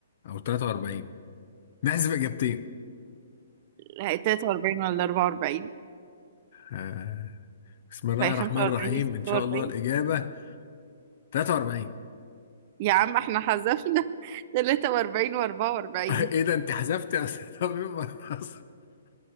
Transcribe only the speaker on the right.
43 43 <laughs> ولا 44
فهي 45
يا 46
يا عم احنا حذفنا <laughs> 43 و44